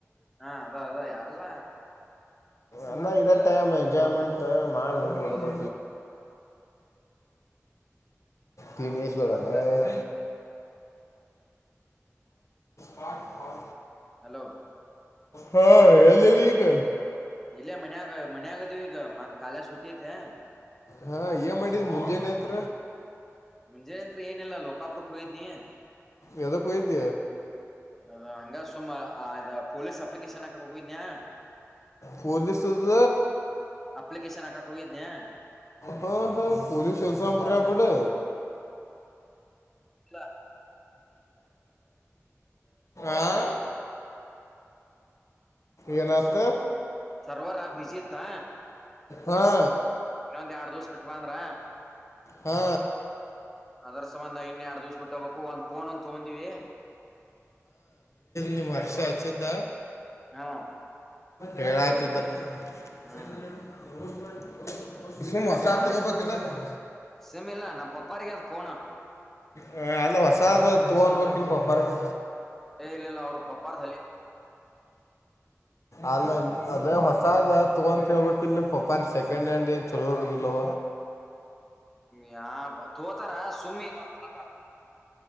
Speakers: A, in the centre; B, on the left.
A: ಹಾ ಅದ ಅದ ಯಾವಲ್ಲ
B: ಅಂದ ಇದ ಟೈಮ್ ಎಂಜಾಯ್ಮೆಂಟ್ ಮಾಡ್ಬಿಟ್ಟ
A: ಹೌದು
B: ಬಿಡ್ಬು ಹ ನ್ ಏಜ್ ಮಾಡಳಾವ
A: ಮತ್ತ
B: ಪ ಪ
A: ಹಲೋ
B: ಹಾ ಹೇಳ ರ ಈಗ
A: ಇಲ್ಲೇ ಮನ್ ಆಾಗ ಮನ್ ಆಗದಿವವಿ ಈಗ ಮ ಕಾಲ ಸುಟಿ ಐತೆ
B: ಹಾ ಏನ್ ಮಾಡಿದ ಮುಂಜೇಾನಂತ
A: ಮುಂಜೆ ನಂತ್ ಏನಲ್ಲ ಲೋಕಾಪುಕ್ ಹೋಯಿದ್ನಿ
B: ಯದೋ ಪಯರುಿದ
A: ಅದ ಹಂಗ ಸುಮ ಪೊಲೀಸ್ ಅಪ್ಲಿಕೇಶನ್ ಹಾಕಕ್ ಹೋಗಿದಯ
B: ಹೂಲಿಸತ
A: ಅಪ್ಲಿಕೇಶನ್ ಹಾಕಕ್ ಹೋಗಿದ್ದನನೆ
B: ಹಾ ಹಾ ಪೊಲೀಸ್ ಶಸನ್ ಕೊಡು
A: ಇಲ್ಲ
B: ಆಾ ಏನತ್ತು
A: ಸರ್ವರ್ ಬಿಜಿ ಇತ್ತ
B: ಹಾ
A: ಇನ್ನೊಂದ್ ಎಡ್ ದಿವಸ ಬಿಟ್ ಬ ಅಂದ್ರ
B: ಹಾ
A: ಅದರ ಸಂಬಂಧ ಇನ್ನನ್ ಎರಡ್ ದಿವ್ಸ ಬಿಟ್ಟ ಹೋಗಬೇಕು ಒಂದ ಫೋನ್ ಅ ತಗೊಂದಿವಿ
B: ನಿಮ್ಮರ್ಷ ಹಚ್ಚಿದ್ದ
A: ಹಾ
B: ಹೇಳಾತ್ದ <unintelligible>
A: ಹ್ಮ್
B: ಸುಮುವ ಸಾತ ಬ ಕಲ್ಲ <unintelligible>
A: ಸೇಮಿ ಇಿಲ್ಲ ನಮ್ಮ ಪಪ್ಪಾಾರಿಗೆ ಅದು ಫೋನ್
B: ಹ ಅಲ್ಲ ಹೊಸಾದ ತೂ ಅನ್ಬೇಕಕ್ ಇಲ್ ಪಪ್ಪಾರ ಗೆ
A: ಏ ಇಿಲ್ಲ ಅವ್ರದ್ದ ಪಪ್ಪಾರ್ ಹಲಿ
B: ಅಲ್ಲ ಅದೇ ಹೊಸಾದ ತಗೊಂತ ಹಳ್ಬೇಕ ಇಲ್ ನಿಮ್ ಪಪಾರ ಸೆಕೆಂಡ್ ಹ್ಯಾಂಡ್ ಏನ್ ಚಲೋ ಇರದಲ್ವ
A: ಯಾ ತೋತಾರ ಸುಮ್ಮಿ <unintelligible>